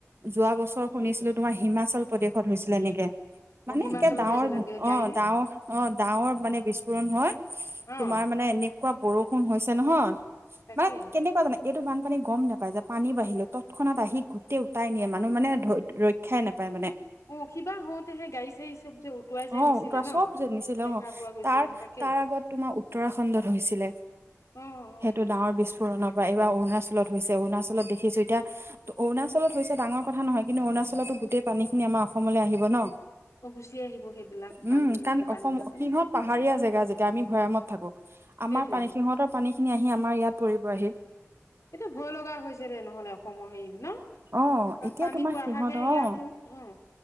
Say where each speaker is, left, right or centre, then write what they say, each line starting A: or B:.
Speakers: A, on the right; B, on the left.
A: যোৱা বছৰ শুনিছিলো তোমাৰ হিমাচল প্ৰদেশত হৈছিলে এনেকে। মানে
B: অ হিমাচলত
A: এতিয়া ডাৱৰ
B: হৈছিলেগে গাড়ী
A: অ ডাৱৰ অ ডাৱৰ মানে বিস্ফোৰণ হয়,
B: অ
A: তোমাৰ মানে এনেকুৱা বৰষুণ হৈছে নহয়।
B: তাকে
A: মানে কেনেকুৱা জানো, এইটো বানপানী গম নাপাই পানী বাহি তৎক্ষণাত আহি গোটেই উটাই নিয়ে মানুহ মানে ৰক্ষাই নাপায় মানে।
B: অ কিবা হওঁতেহে গাড়ী চাড়ী চব যে উটুৱাই যে
A: অ
B: নিছিলে
A: উতুৱাই
B: ন
A: চব নিছিলে
B: দেখা
A: অ,
B: পোৱা গৈছিলে
A: তাৰ
B: তাকে
A: তাৰ আগত তোমাৰ উত্তৰাখণ্ডত হৈছিলে।
B: অ অ
A: সেইটো ডাৱৰ বিস্ফোৰণৰ পৰা এইবাৰ অৰুণাচলত হৈছে, অৰুণাচলত দেখিছোঁ এতিয়া অৰুণাচলত হৈছে ডাঙৰ কথা নহয়, কিন্তু অৰুণাচলৰতো গোটেই পানী খিনি আমাৰ অসমলৈ আহিব ন।
B: অ গুচি আহিব। সেইবিলাক
A: উম
B: নামি
A: কাৰণ
B: আহে পানীটো
A: অসম সিহঁতৰ
B: হয়নে
A: পাহাৰীয়া জেগা যেতিয়া আমি ভৈয়ামত থাকো।
B: সেইটোৱে
A: আমাৰ পানী, সিহঁতৰ পানী খিনি আহি আমাৰ ইয়াত পৰিবহি।
B: এইটো ভয় লগা হৈছে দে, নহ'লে অসমৰ হেৰি ন,
A: অ',
B: কাৰণ
A: এতিয়া
B: পানীবোৰ
A: তোমাৰ সিহঁত
B: অহাকে ইয়াতো,
A: অ',
B: উম